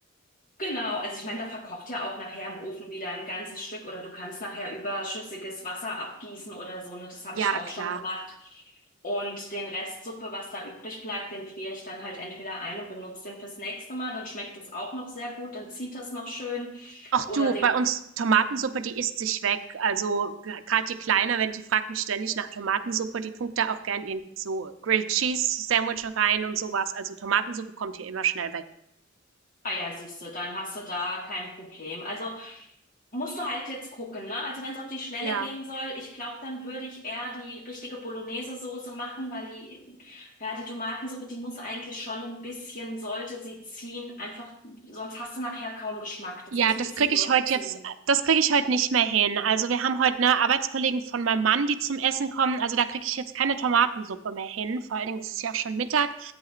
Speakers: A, on the left; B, on the right.
A: Genau, also ich meine, da verkocht ja auch nachher im Ofen wieder ein ganzes Stück oder du kannst nachher überschüssiges Wasser abgießen oder so, ne? Das habe
B: Ja,
A: ich auch
B: klar.
A: schon gemacht. Und den Rest Suppe, was da übrig bleibt, den friere ich dann halt entweder ein und benutze den fürs nächste Mal, dann schmeckt das auch noch sehr gut, dann zieht das noch schön.
B: Ach du,
A: Oder den
B: bei uns Tomatensuppe, die isst sich weg. Also gerade die Kleine, wenn die fragt mich ständig nach Tomatensuppe, die tunkt da auch gern ihren so Grilled Cheese Sandwich rein und sowas. Also Tomatensuppe kommt hier immer schnell weg.
A: Ah ja, siehst du, dann hast du da kein Problem. Also musst du halt jetzt gucken, ne? Also wenn es auf die Schnelle
B: Ja.
A: gehen soll, ich glaube, dann würde ich eher die richtige Bolognese-Soße machen, weil die, ja, die Tomatensuppe, die muss eigentlich schon ein bisschen, sollte sie ziehen, einfach, sonst hast du nachher kaum Geschmack. Das
B: Ja,
A: muss
B: das
A: ein bisschen
B: kriege
A: durchziehen.
B: ich heute jetzt das kriege ich heute nicht mehr hin. Also, wir haben heute ne, Arbeitskollegen von meinem Mann, die zum Essen kommen. Also, da kriege ich jetzt keine Tomatensuppe mehr hin. Vor allen Dingen ist es ja auch schon Mittag.